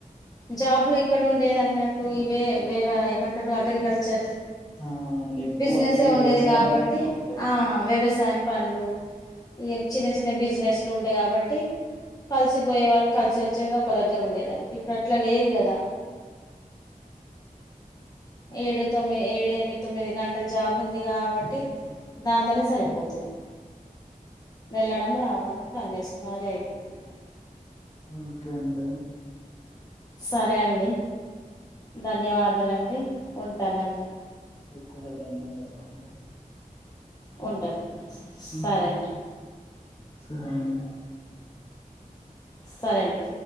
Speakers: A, on the left (about 25°); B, on the left (about 45°).
A: జాబ్లు ఎక్కడ ఉండేది అన్నట్టు ఇవే వ ఏమంటారు అగ్రికల్చర్
B: ఆ! అవునండి ఎక్కువ
A: బిజినెసే
B: అన్ని
A: ఉండేది
B: వ్యవసాయం
A: కాబట్టి
B: మీదే ఉంటాయి
A: ఆ వ్యవసాయం పనులు ఇక చిన్న చిన్న బిజినెస్లు ఉండా కాబట్టి కలిసిపోయే వాళ్ళం కలిసి వచ్చేది ఒక దగ్గర ఉండేదండి ఇప్పుడు అట్లా లేదు కదా ఏడు తొమ్మిది ఏడు ఎనిమిది తొమ్మిది గంటలు జాబు ఉంది కాబట్టి దాంతోనే సరిపోతుంది వెళ్ళడం రావడం పనిచేసుకోడం అదే అయిపోతుంది అన్నమాట.
B: ఓకేండి
A: సరే అండి ధన్యవాదాలండి ఉంటానండి
B: మీకు కూడా ధన్యవాదాలండి
A: ఉంటనండి
B: ఆ
A: సరే అండి
B: సరే అండి
A: సరే అండి